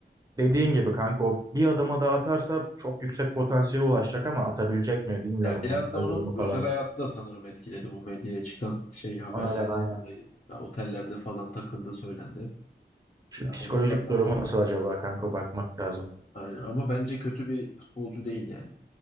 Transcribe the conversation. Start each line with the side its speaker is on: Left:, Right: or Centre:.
Right: Dediğin gibi kanka o bir adama daha atarsa çok yüksek potansiyele ulaşacak ama atabilecek mi bilmiyorum
Left: Ya biraz
Right: mental
Left: da onun
Right: durumu
Left: özel
Right: falan.
Left: hayatı da sanırım etkiledi bu medyaya çıkan şey haberlerden
Right: Aynen aynen.
Left: dolayı. Ya otellerde falan takıldığı söylendi.
Right: Şu
Left: Ya
Right: psikolojik
Left: onun da belki
Right: durumu nasıl acaba kanka bakmak lazım.
Left: aynen ama bence kötü bir futbolcu değil yani.